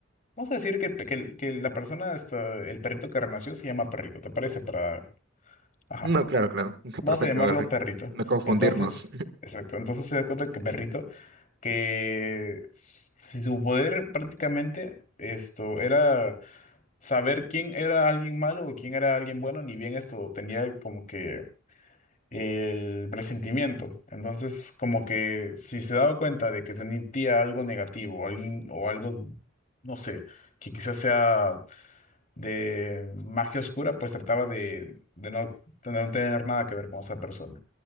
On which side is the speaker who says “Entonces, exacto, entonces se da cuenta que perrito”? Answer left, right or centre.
Left